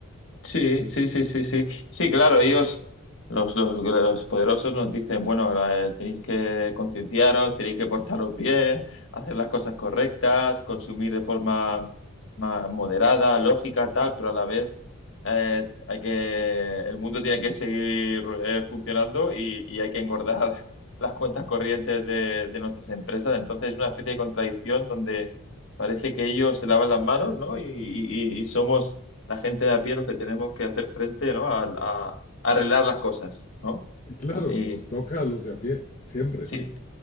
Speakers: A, on the left (about 60°); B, on the left (about 35°).
A: Sí, sí, sí, sí, sí. Sí, claro, ellos, los, los, los poderosos nos dicen, bueno, la- tenéis que concienciaros, tenéis que portaros bien, hacer las cosas correctas, consumir de forma más moderada, lógica, tal, pero a la vez eh, hay que, el mundo tiene que seguir eh, funcionando y, y hay que engordar <laughs> las cuentas corrientes de, de nuestras empresas. Entonces es una especie de contradicción donde Parece que ellos se lavan las manos, ¿no? Y, y- y somos la gente de a pie los que tenemos que hacer frente, ¿no? A, a- a arreglar las cosas, ¿no?
B: Claro,
A: Y
B: nos toca a los de a pie, siempre.
A: sí,